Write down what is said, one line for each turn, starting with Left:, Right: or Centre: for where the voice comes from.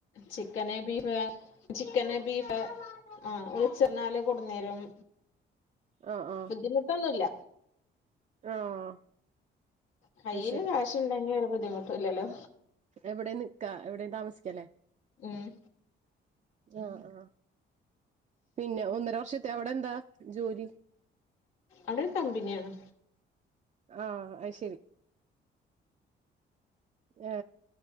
Left: ചിക്കന്, ബീഫ് ചിക്കന്, ബീഫ് ആ വിൾച്ചർഞ്ഞാല് കൊട്ന്നേരും
Right: ആഹ് ആഹ്
Left: ബുദ്ധിമുട്ടൊന്നുല്ല
Right: ആഹ്
Left: കയ്യില്
Right: അത് ശരി
Left: കാശുണ്ടെങ്കി ഒരു ബുദ്ധിമുട്ടുംല്ലല്ലോ
Right: എവിടെയും നിക്കാ എവിടെം താമസിക്കലേ
Left: ഉം
Right: ആ ആ പിന്നെ ഒന്നര വർഷത്തെ അവിടെ എന്താ ജോലി
Left: അവിടെ കമ്പനിയാണ്
Right: ആഹ് അത് ആ